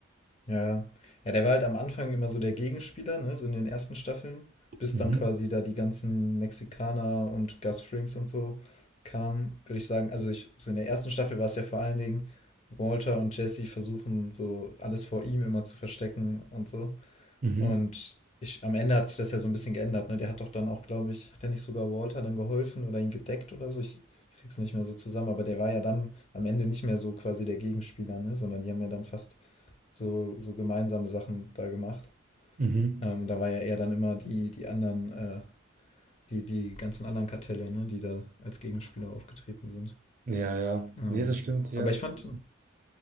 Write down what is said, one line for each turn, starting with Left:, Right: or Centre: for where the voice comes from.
Left: Ja. Ja, der war halt am Anfang immer so der Gegenspieler, ne, so in den ersten Staffeln, bis
Right: Mhm.
Left: dann quasi da die ganzen Mexikaner und Gus Frings und so kamen, würde ich sagen. Also ich, so in der ersten Staffel war es ja vor allen Dingen Walter und Jesse versuchen so alles vor ihm immer zu verstecken und so.
Right: Mhm.
Left: Und ich, am Ende hat sich das ja so ein bisschen geändert, ne? Der hat doch dann auch, glaube ich hat er nicht sogar Walter dann geholfen oder ihn gedeckt oder so? Ich ich krieg's nicht mehr so zusammen, aber der war ja dann am Ende nicht mehr so quasi der Gegenspieler, ne, sondern die haben ja dann fast so so gemeinsame Sachen da gemacht.
Right: Mhm.
Left: Ähm, da war ja eher dann immer die die anderen, äh die die ganzen anderen Kartelle, ne, die da als Gegenspieler aufgetreten sind.
Right: Ja, ja.
Left: Ähm,
Right: Nee, das stimmt, ja,
Left: aber
Right: das
Left: ich fand
Right: hast du.